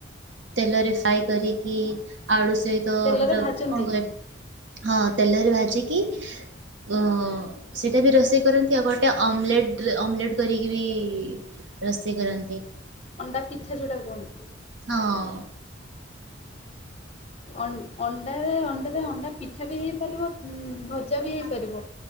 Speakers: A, on the right; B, on the left.
A: ତେଲରେ ଫ୍ରାଇ କରିକି ଆଳୁ ସହିତ
B: ତେଲରେ
A: <unintelligible>
B: ଭାଜନ୍ତି
A: କଣ କହିବ ହଁ ତେଲରେ ଭାଜି ଜିକି ଉ ସେଇଟା ବି ରୋଷେଇ କରନ୍ତି ଆଉ ଗୋଟେ ଅମଲେଟ ଅମଲେଟ କରିକି ବି ରସେଇ କରନ୍ତି।
B: ଅଣ୍ଡା ପିଠା ଯେଉଁଟା କୁହନ୍ତି।
A: ହଁ।
B: ଆଉ ଅଣ୍ଡାରେ ଅଣ୍ଡାରେ ଅଣ୍ଡା ପିଠା ବି ହେଇପାରିବ ଉଁ ଭ ଭଜା ବି ହେଇପାରିବ